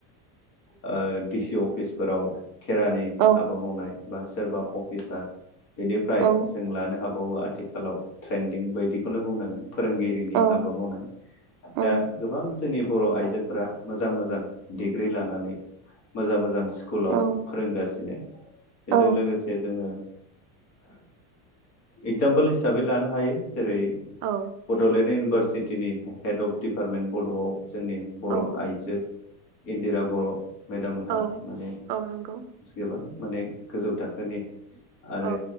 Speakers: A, on the left; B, on the right.
A: ओ डिसि अफिसफोराव खेरानि
B: औ
A: हाबा मावनाय बा सोरबा अफिसार बेनिफ्राय
B: औ
A: जों लानो हाबाय बावो आथिखालाव ट्रेन्दिं बायदिखौनो बुंनांगोन। फोरोंगिरिनि
B: औ
A: हाबा मावनाय
B: औ
A: दा गोबां जोंनि बर' आइजोफोरा मोजां मोजां डिग्रि लानानै मोजां मोजां स्कुलाव
B: औ
A: फोरोंगासिनो। बेजों
B: औ
A: लोगोसे जोङो एगजामपोल हिसाबै लानो हायो। जेरै
B: औ
A: बड'लेण्ड इउनिभारसिटिनि हेड अफ डिपार्टमेन्ट बड'आव जोंनि बर'
B: औ
A: आइजो इन्दिरा बर' मेदाम मोनहा
B: औ
A: माने
B: औ नंगौ
A: गोबां माने गोजौ थाखोनि आरो
B: औ